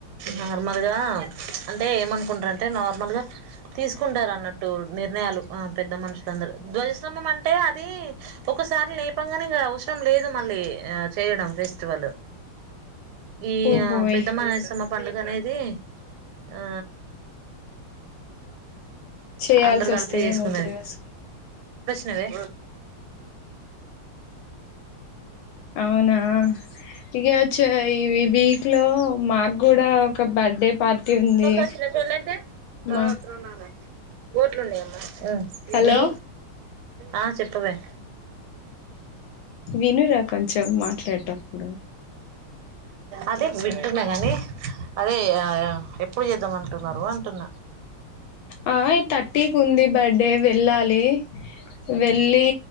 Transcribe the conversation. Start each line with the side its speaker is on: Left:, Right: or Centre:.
Right: నార్మల్గా అంటే ఏమనుకుంటరంటే నార్మల్ గా తీస్కుంటరన్నట్టూ నిర్ణయాలు ఆ పెద్ద మనుష్లందరూ ధ్వజస్తంభం అంటే అది ఒక ఒకసారి లేపంగనే ఇంగ అవ్సరం లేదు మళ్ళీ ఆ చేయడం ఫెస్టివలు ఈ
Left: ఓహోయ్
Right: యా పెద్దమ్మ నైసమ్మ పండుగనేది ఆ
Left: చేయాల్సి
Right: అందరు కలిపె
Left: వస్తదేమో
Right: చేసుకునేది
Left: త్రీ డేస్
Right: నవే
Left: అవునా ఇగ చ ఈ వీక్ లో మాకు గుడా ఒక బర్త్డే పార్టీ ఉంది
Right: అసల్ ఎవలంటే రాత్ర
Left: మా
Right: ఉన్నారా గోట్లున్నయమ్మా ఉ
Left: హలో
Right: మీ ఆ చెప్పవే
Left: వినురా కొంచెం మాట్లాడేటప్పుడు
Right: అదే వింటున్నా గానీ అదే ఆ ఎప్పుడు చేద్దామ అను అంటున్నరు అంటున్న
Left: ఆ ఈ థర్టీకి ఉంది బర్త్డే వెళ్ళాలి వెళ్లి